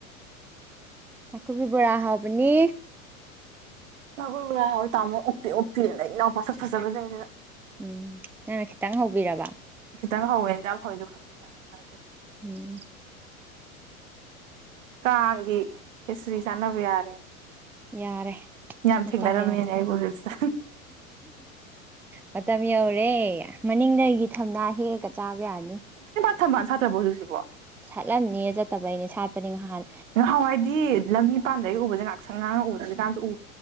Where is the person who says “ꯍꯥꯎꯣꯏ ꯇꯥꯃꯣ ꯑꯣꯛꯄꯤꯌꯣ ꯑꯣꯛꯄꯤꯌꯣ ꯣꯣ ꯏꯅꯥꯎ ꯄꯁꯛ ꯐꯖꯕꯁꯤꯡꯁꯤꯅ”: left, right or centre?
Right